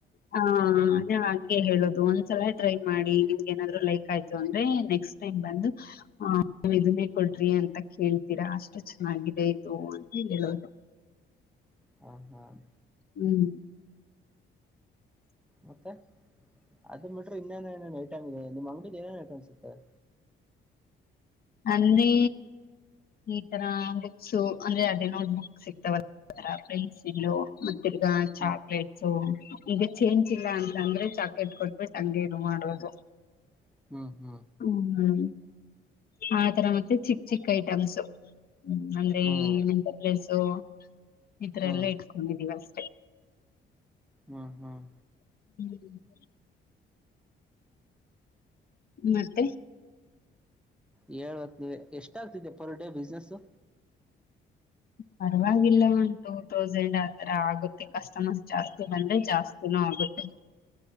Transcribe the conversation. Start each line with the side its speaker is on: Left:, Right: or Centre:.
Left: ಹಾ ಅ ಅದೆ ಗೆ ಹೇಳುದು ಒಂದ್ಸಲ ಟ್ರೈ ಮಾಡಿ ನಿಮ್ಗೆ ಏನಾದ್ರು ಲೈಕ್ ಆಯ್ತು ಅಂದ್ರೆ ನೆಕ್ಸ್ಟ್ ಟೈಮ್ ಬಂದು <unintelligible> ಕೊಡ್ರಿ ಅಂತ ಕೇಳ್ತೀರಾ ಅಷ್ಟು ಚೆನ್ನಾಗಿದೆ ಇದು ಅಂತ ಹೇಳೋದು.
Centre: ಹಾಂ ಹಾಂ
Left: ಹ್ಮ್
Centre: ಮತ್ತೆ ಅದು ಬಿಟ್ರಿ ಇನ್ನೇನೇನ್ ಐಟಂ ಇದೆ? ನಿಮ್ ಅಂಗ್ಡಿಗ್ ಏನೇನ್ ಐಟಂ ಸಿಗ್ತವೆ?
Left: ಅಂದ್ರೆ ಈ ತರ ಬುಕ್ಸು ಅಂದ್ರೆ ಅದೇನೋ ಬುಕ್ ಸಿಗ್ತಾವಲ್ಲ ಪೆನ್ಸಿಲು ತಿರ್ಗಾ ಚಾಕ್ಲೇಟ್ಸು
Centre: ಹ್ಮ್
Left: ಈಗ ಚೇಂಜ್ ಇಲ್ಲ ಅಂತ ಅಂದ್ರೆ ಚ ಕೆಟ್ ಕೊಟ್ಬಿಟ್ ಹಂಗೆ ಇದು ಮಾಡ್ಬೋದು
Centre: ಹ್ಮ್ ಹ್ಮ್ ಹ್ಮ್
Left: <unintelligible> ಆ ತರ ಮತ್ತೆ ಚಿಕ್ ಚಿಕ್ ಐಟಮ್ಸು ಹ್ಮ್ ಅಂದ್ರೆ
Centre: ಹ್ಮ್
Left: ಏನಂತ ಪ್ಲೇಸು ಈತರ
Centre: ಹ್ಮ್
Left: ಎಲ್ಲ ಇಟ್ಕೊಂಡಿದ್ದೀವಷ್
Centre: ಹಾಂ ಹಾಂ
Left: <unintelligible> ಮತ್ತೆ?
Centre: ಹೇಳ್ಬೇಕ್ ನೀವೆ ಎಷ್ಟಾಗ್ತಿದೆ ಪರ್ ಡೇ ಬಿಸ್ನೆಸ್ಸು?
Left: ಪರವಾಗಿಲ್ಲ ಒಂದ್ ಟೂ ತೌಸಂಡ್ ಆತರ ಆಗುತ್ತೆ. ಕಸ್ಟಮರ್ಸ್ ಜಾಸ್ತಿ ಬಂದ್ರೆ ಜಾಸ್ತಿನೂ ಆಗುತ್ತೆ.